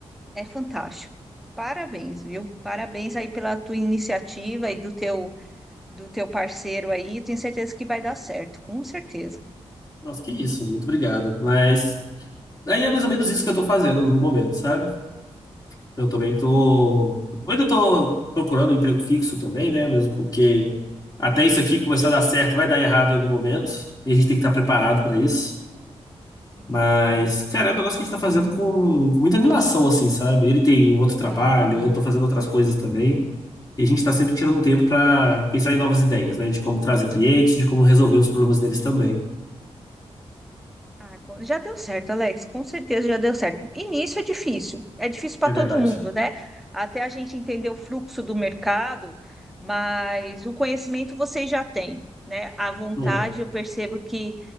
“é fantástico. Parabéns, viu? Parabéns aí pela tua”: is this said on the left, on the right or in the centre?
Centre